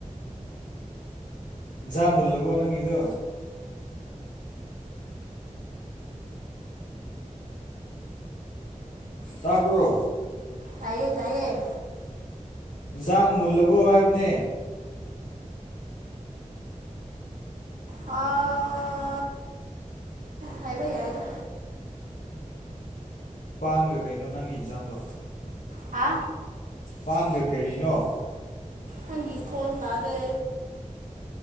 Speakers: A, on the left (about 80°); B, on the right (about 80°).
A: ꯏꯟꯖꯥꯡ ꯃꯨꯜꯂꯕꯣ ꯅꯪꯒꯤꯗꯣ ꯇꯥꯕ꯭ꯔꯣ
B: ꯇꯥꯏꯌꯦ ꯇꯥꯏꯌꯦ
A: ꯏꯟꯁꯥꯡ ꯃꯨꯜꯂꯕꯣ ꯍꯥꯏꯕꯅꯦ
B: ꯑꯥ ꯍꯥꯏꯕꯩ ꯌꯥꯏꯗ
A: ꯄꯥꯟꯒ ꯀꯩꯅꯣ ꯅꯪꯒꯤ ꯏꯟꯁꯥꯡꯗꯣ
B: ꯍꯥ
A: ꯄꯥꯟꯒ ꯀꯔꯤꯅꯣ
B: ꯍꯪꯒꯤ ꯈꯣꯟ ꯇꯥꯗꯦ